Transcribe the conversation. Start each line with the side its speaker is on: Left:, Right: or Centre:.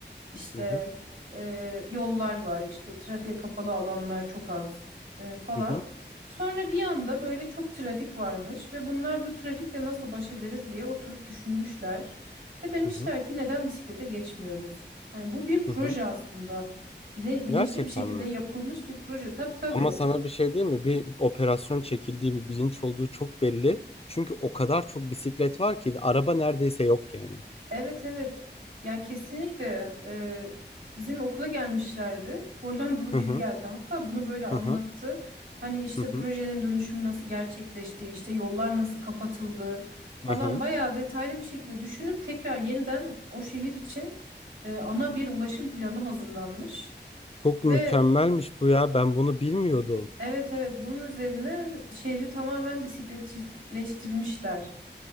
Right: İşte
Left: Hı hı,
Right: e, yollar var, işte trafiğe kapalı alanlar çok az e, falan.
Left: hı hı,
Right: Sonra bir anda böyle çok trafik varmış ve bunlar bu trafikle nasıl baş ederiz diye oturup düşünmüşler. Ve demişler
Left: hı hı,
Right: ki neden bisiklete geçmiyoruz? Hani bu bir proje
Left: hı hı.
Right: aslında. Bile- bilinçli
Left: Gerçekten
Right: bir şekilde
Left: mi?
Right: yapılmış bir proje. Tabii tabii.
Left: Ama sana bir şey diyeyim mi? Bir operasyon çekildiği bir bilinç olduğu çok belli. Çünkü o kadar çok bisiklet var ki araba neredeyse yok yani.
Right: Evet evet. Ya kesinlikle e, bizim okula gelmişlerdi. Hollandalı
Left: Hı
Right: biri
Left: hı
Right: geldi. Hatta bunu böyle anlattı.
Left: hı hı
Right: Hani işte
Left: hı hı.
Right: projenin dönüşümü nasıl gerçekleşti, işte yollar nasıl kapatıldı falan
Left: hı hı.
Right: bayağı detaylı bir şekilde düşünüp tekrar yeniden o şehir için e, ana bir ulaşım planı hazırlanmış
Left: Çok
Right: ve
Left: mükemmelmiş bu ya. Ben bunu bilmiyordum.
Right: Evet evet bunun üzerine şehri tamamen bisikletleştirmişler.